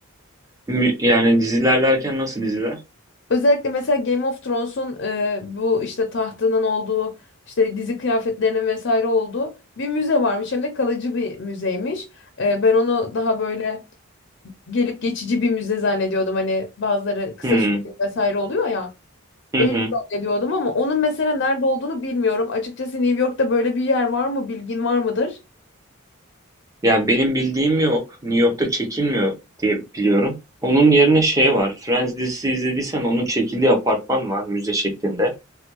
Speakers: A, on the right; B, on the left.
A: Mü- yani diziler derken nasıl diziler?
B: Özellikle mesela Game of Thrones'un e, bu işte tahtının olduğu işte dizi kıyafetlerinin vesaire olduğu bir müze varmış. Hem de kalıcı bir müzeymiş. E, ben onu daha böyle gelip geçici bir müze zannediyordum. Hani bazıları kısa
A: Hmm,
B: süreli vesaire oluyor ya.
A: Hı
B: Öyle
A: hı.
B: zannediyordum ama onun mesela nerede olduğunu bilmiyorum. Açıkçası New York'ta böyle bir yer var mı? Bilgin var mıdır?
A: Ya benim bildiğim yok. New York'ta çekilmiyor diye biliyorum. Onun yerine şey var. Friends dizisi izlediysen onun çekildiği apartman var müze şeklinde.